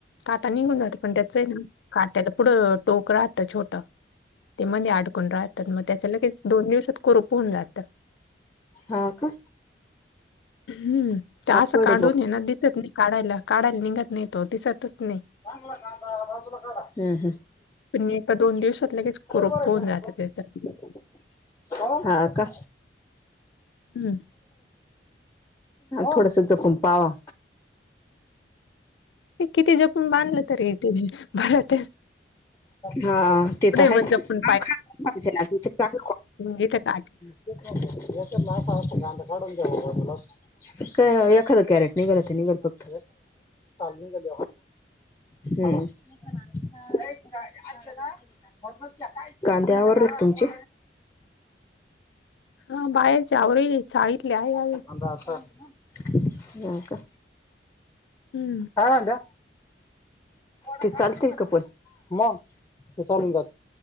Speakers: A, on the left; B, on the left.
A: काटा निघून जात पण त्याच आहे ना काट्याला पुढं टोक राहतं छोटं. ते मध्ये अडकून राहतात मग त्याच्या ल दोन दिवसात कोुप होन जातं.
B: हा का.
A: हम्म ते
B: अवघड
A: असं काढून
B: आहे बुवा.
A: ये ना दिसत नाही काढायला काढायला निघत नाही तो दिसतच नाही.
B: चां हम हम.
A: पण म एका दोन दिवसात लगेच कोप
B: भरायचे
A: होऊन
B: ना
A: जातं
B: आपण
A: त्याचं.
B: हा का.
A: हम्म
B: थोडस जपून पावा.
A: किती जपून बांधलं तर येते म भरत.
B: हा ते तर आहे
A: मग
B: आणयच
A: जपून
B: ना तुमचे चांग
A: ज तर काट
B: च्या असा असत कांध काढून घ्या तला एखदा कॅरेट निघलत निघडपघत निघ हम ह एक का अ का कांद्या आवरत तुमची
A: हा बाहेचीवर शाळेतले आहे
B: का
A: अजून हम्म
B: आम जा ते चालतील कापण मग ते चालून जात